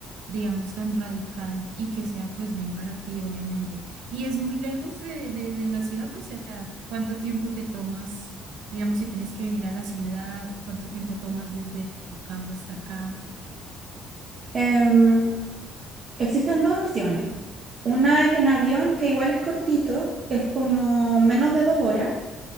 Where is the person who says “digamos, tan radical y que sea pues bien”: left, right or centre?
Right